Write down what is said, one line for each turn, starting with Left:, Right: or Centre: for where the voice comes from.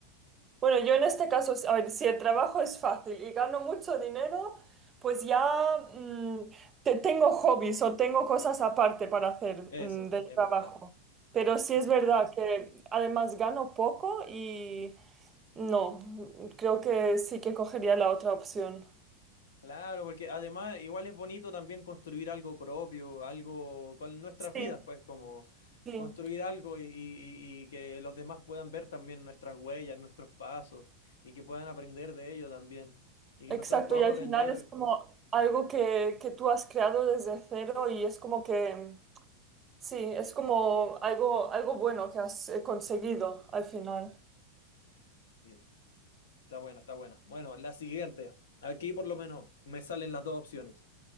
Right: Bueno, yo en este caso, a ver, si el trabajo es fácil y gano mucho dinero, pues ya mm, te- tengo hobbies o tengo cosas aparte para hacer
Left: Eso,
Right: mm, del
Left: es
Right: trabajo.
Left: verdad.
Right: Pero sí
Left: Eso
Right: es verdad
Left: también es verdad.
Right: que además gano poco y no, creo que sí que cogería la otra opción.
Left: Claro, porque además igual es bonito también construir algo propio, algo con nuestras
Right: Sí,
Left: vidas, pues como
Right: sí,
Left: construir algo y, y- y- y que los demás puedan ver también nuestras huellas, nuestros pasos y que puedan aprender de ello también. Y que
Right: exacto.
Left: nosotros podamos
Right: Y al
Left: aprender.
Right: final es como algo que, que tú has creado desde cero y es como que, sí, es como algo, algo bueno que has eh, conseguido al final.
Left: Y Está buena, está buena. Bueno, la siguiente. Aquí por lo menos me salen las dos opciones.